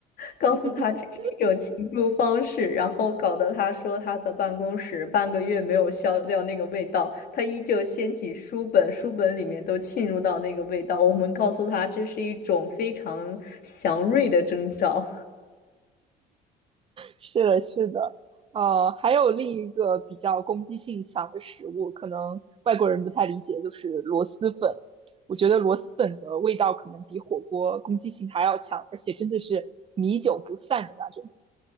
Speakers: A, on the left; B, on the right.
A: 告诉他这是一种庆祝方式，
B: 嗯 <laughs>
A: 然后搞得他说他的办公室半个月没有消掉那个味道，他依旧掀起书本，书本里面都浸入到那个味道。我们告诉他这是一种非常祥瑞的征兆。
B: 是的，是的，呃，还有另一个比较攻击性强的食物，可能外国人不太理解，就是螺蛳粉。我觉得螺蛳粉的味道可能比火锅攻击性还要强，而且真的是米久不散的那种。